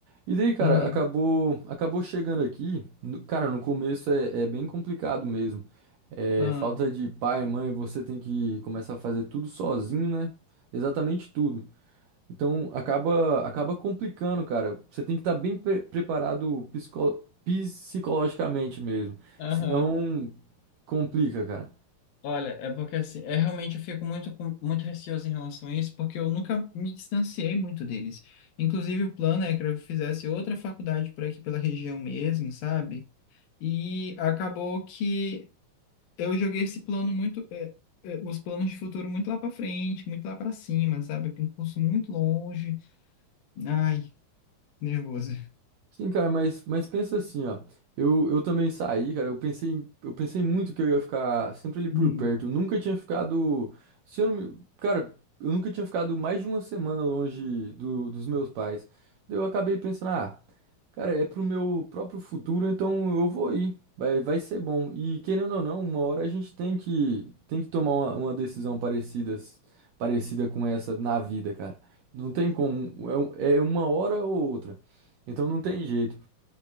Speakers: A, on the right; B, on the left.
A: E daí, cara,
B: Ah,
A: acabou, acabou chegando aqui. No- cara, no começo é, é bem complicado mesmo. É,
B: ah,
A: falta de pai, mãe, você tem que começar a fazer tudo sozinho, né? Exatamente tudo. Então, acaba, acaba complicando, cara. Você tem que estar bem pre- preparado psico- psicologicamente mesmo.
B: aham.
A: Senão, complica, cara.
B: Olha, é porque assim, é realmente eu fico muito, com- muito receoso em relação a isso, porque eu nunca me distanciei muito deles. Inclusive, o plano é que eu fizesse outra faculdade por aqui pela região mesmo, sabe? E acabou que eu joguei esse plano muito, é, é, os planos de futuro muito lá para frente, muito lá para cima, sabe? para um curso muito longe. Ai. Nervoso.
A: Sim, cara, mas, mas pensa assim, ó. Eu, eu também saí, cara. Eu pensei, eu pensei muito que eu ia ficar sempre ali por
B: Hum.
A: perto. Eu nunca tinha ficado. Se eu não me- cara, eu nunca tinha ficado mais de uma semana longe do- dos meus pais. Daí eu acabei pensando, ah, cara, é pro meu próprio futuro, então eu vou ir. Vai, vai ser bom. E querendo ou não, uma hora a gente tem que, tem que tomar uma, uma decisão parecida, parecida com essa na vida, cara. Não tem como. É, um- é uma hora ou outra. Então não tem jeito.